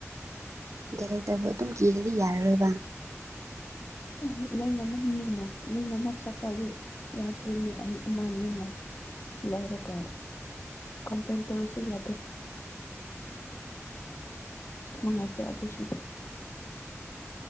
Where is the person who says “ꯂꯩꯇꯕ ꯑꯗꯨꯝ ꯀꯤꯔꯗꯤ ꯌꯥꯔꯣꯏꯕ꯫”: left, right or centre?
Right